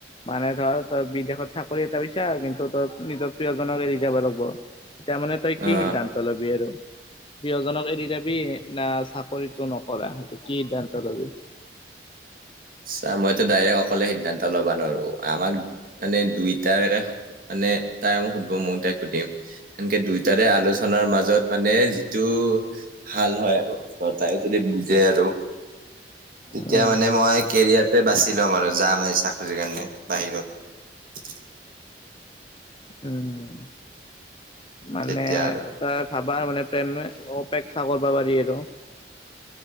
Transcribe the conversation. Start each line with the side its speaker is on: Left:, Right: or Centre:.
Left: মানে ধৰ তই বিদেশত চাকৰি এটা পাইচা, কিন্তু তই নিজৰ প্ৰিয়জনক এৰি যাব লাগব। তেতিয়া মানে তই
Right: আহ
Left: কি সিদ্ধান্ত ল'বি আৰু, প্ৰিয়জনক এৰি যাবি। না চাকৰিটো নকৰা, সেইটো কি সিদ্ধান্ত লবি।
Right: চা, মইতো ডাইৰেক্ অকলে সিদ্ধান্ত ল'বা নোৱাৰো, আমাক মানে দুইটাৰ কা নে তাই মোক সুধিব ময়ো তাইক সুধিম, এনেকে দুইটাৰে আলোচ চনাৰ মাজত মানে যিটো ভাল হয় আৰু তাই যদি বুজে আৰু তেতিয়া
Left: উম,
Right: মানে মই এইটোৱে বাচি ল'ম আৰু যামে এই চাকৰিৰ কাৰণে বাহিৰত।
Left: উম, মানে
Right: তেতিয়া আৰু
Left: তাৰ ভাবা মানে প্ৰেমে অপেক্ষা কৰিব পাৰি আৰু।